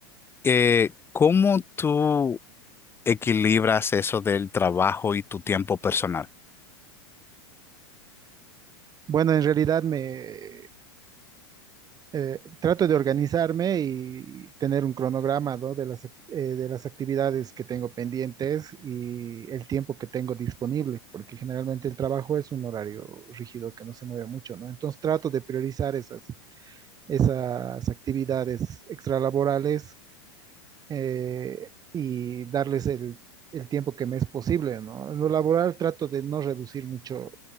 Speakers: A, on the left; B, on the right.
A: Eh, ¿cómo tú equilibras eso del trabajo y tu tiempo personal?
B: Bueno, en realidad me, eh, trato de organizarme y tener un cronograma, ¿no? de las, ac- eh, de las actividades que tengo pendientes y el tiempo que tengo disponible, porque generalmente el trabajo es un horario rígido que no se mueve mucho, ¿no? Entonces trato de priorizar esas, esas actividades extralaborales eh, y darles el, el tiempo que me es posible, ¿no? En lo laboral trato de no reducir mucho